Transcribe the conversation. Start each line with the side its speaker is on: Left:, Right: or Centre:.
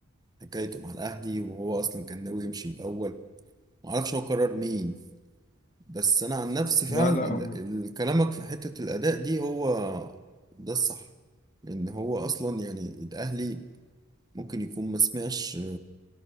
Right: حكايته مع الاهلي وهو اصلا كان ناوي يمشي من الاول ما اعرفش هو قرر مين بس انا عن نفسي فعلا
Left: لا لا
Right: ال-
Left: هم-
Right: ال- كلامك في حتة الاداء دي هو ده الصح لان هو اصلا يعني الاهلي ممكن يكون ما سمعش